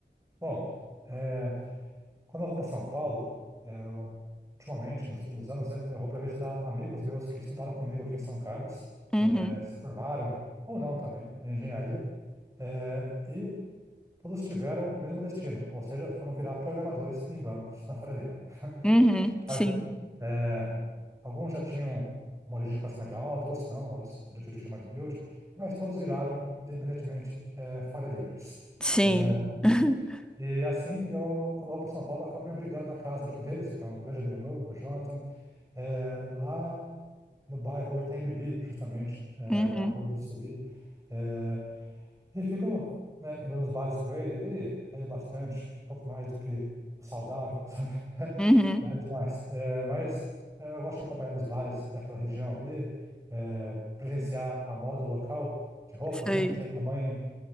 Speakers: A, on the right; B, in the centre.
A: Bom, é, Quando eu vou para São Paulo, eu, ultimamente, nos últimos anos, né, eu vou para visitar amigos meus que estudaram comigo aqui em São Carlos,
B: Uhum.
A: eh, se formaram, ou não também, em engenharia, eh, e todos tiveram o mesmo destino, ou seja, foram virar programadores em bancos na Faria Lima. <laughs>
B: Uhum. Sim.
A: Sabe? É, alguns já tinham uma origem de classe média alta, outros não, outros de origem mais humilde, mas todos viraram, independentemente, é, Faria Limers.
B: Sim.
A: É,
B: <laughs>
A: e assim, eu, quando eu vou para São Paulo, eu acabo me abrigando na casa de um deles, que é um grande amigo meu, o Jonathan, é, lá no bairro Itaim Bibi, justamente, é,
B: Uhum.
A: na rua Uruçuí. É, e fico, né, indo nos bares com ele. Ele bebe bastante, um pouco mais do que o saudável, <laughs> sabe?
B: Uhum.
A: Bebe demais. É, mas é, eu gosto de acompanhar nos bares daquela região ali, é, presenciar a moda local de roupas,
B: Sei.
A: né? Que minha mãe